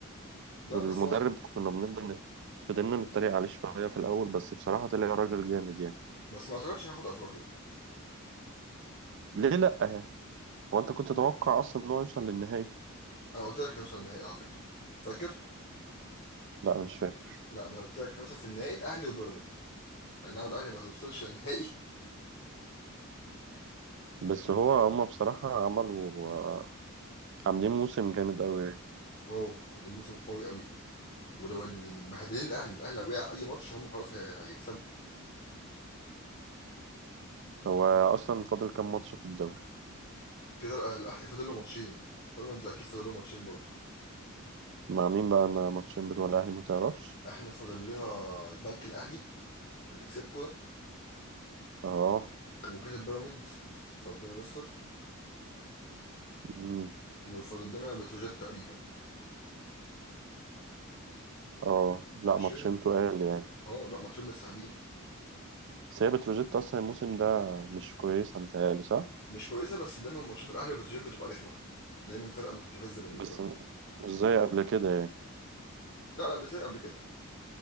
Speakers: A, on the left; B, on the right.
A: لا
B: والمدرب
A: بس ما
B: كنا بنفضل نت- فضلنا نتريق عليه شوية في الأول بس بصراحة طلع راجل جامد يعني
A: بس ما اعتقدش هياخد افريقيا
B: ليه لأ يعني هو أنت كنت تتوقع أصلا إن هو يوصل للنهائي
A: انا قلت لك هيوصل النهائي على فكره فاكر
B: لا مش فاكر
A: لا انا قلت لك هدف النهائي الاهلي وبيراميدز انما الاهلي ما توصلش النهائي <laughs>
B: بس هو هما بصراحة عملوا آه، عاملين موسم جامد أوي يعني
A: اوه عاملين موسم قوي قوي ولو اللي مبهدلين الاهلي الاهلي لو وقع اي ماتش هم خلاص هي- هيكسبوا
B: هو أصلا فاضل كام ماتش في الدوري
A: كده الأه- الاهلي فاضل له ماتشين بيراميدز اكيد فاضل له ماتشين برضه
B: مع مين بقى ما- ماتشين بتوع الأهلي ما تعرفش
A: احنا فاضل لنا البنك الاهلي اللي كسبكوا ده
B: اه
A: وكسب بيراميدز فربنا يستر
B: أمم.
A: وفاضل لنا بتروجيت تقريبا
B: اه لا
A: ماتشين
B: ماتشين تقال يعني
A: اه لا ماتشين مش سهلين
B: بس هي بتروجيت أصلا الموسم ده مش كويس متهيألي صح؟
A: مش كويسه بس دايما ماتشات الاهلي وبتروجيت بتبقى رخمه دايما فرقه مستفزه بالنسبه
B: بس
A: لنا
B: مش زي قبل كده يعني
A: لا لا مش زي قبل كده